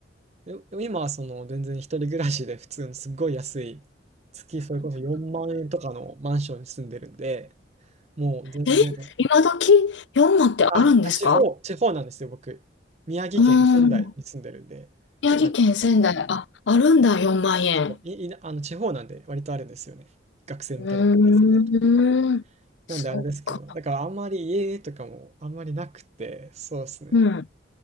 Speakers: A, on the right; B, on the left.
A: よ今はその、全然一人暮らしで普通のすっごい安い、月それこそ4万円とかのマンションに住んでるんで、もう全然、
B: え、今時4万ってあるんですか
A: あ、あ、地方地方なんですよ、僕。宮城県仙台に住んでるんで、
B: うん。宮城県仙台、
A: あの、結構、
B: あ、あるんだ、4万円。
A: そう、いいなあの、地方なんで割とあるんですよね。学生向けの安いやとこ。
B: うーん、
A: なんであれですけど、
B: そっか。
A: だからあんまり家とかもあんまりなくて、そうですね。
B: うん。